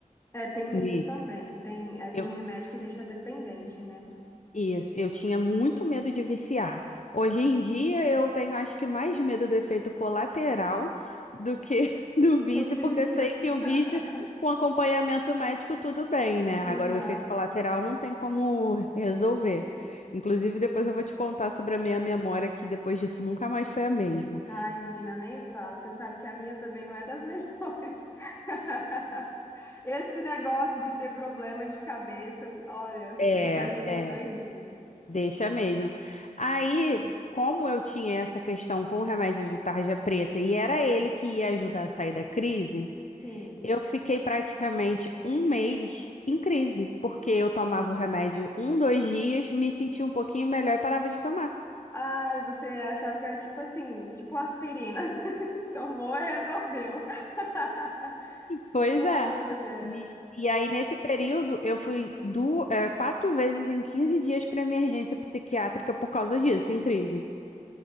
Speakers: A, on the left; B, on the left.
A: É, tem
B: E
A: isso também. Tem, é, tem
B: eu,
A: remédio que deixa dependente, né?
B: Isso, eu tinha muito medo de viciar. Hoje em dia eu tenho acho que mais medo do efeito colateral do que <laughs> do vício,
A: Do vício.
B: porque eu sei que
A: <laughs>
B: o vício com acompanhamento médico tudo bem, né? Agora
A: Aham.
B: o efeito colateral não tem como resolver. Inclusive depois eu vou te contar sobre a minha memória que depois disso nunca mais foi a mesma.
A: Ai, menina, nem fala. Você sabe que a minha também não é das melhores. <laughs> Esse negócio de ter problema de cabeça, olha,
B: É,
A: deixa a gente
B: é,
A: doidinha.
B: deixa mesmo. Aí, como eu tinha essa questão com o remédio de tarja preta e era ele que ia ajudar a sair da crise,
A: Sim.
B: Eu fiquei praticamente um mês em crise, porque eu tomava o remédio um, dois dias, me sentia um pouquinho melhor e parava de tomar.
A: Ai, você achava que era tipo assim, tipo aspirina. <laughs> Tomou e resolveu. <laughs>
B: Pois
A: Ai,
B: é.
A: mulher.
B: Me- E aí, nesse período, eu fui du- é, quatro vezes em 15 dias para emergência psiquiátrica por causa disso, em crise.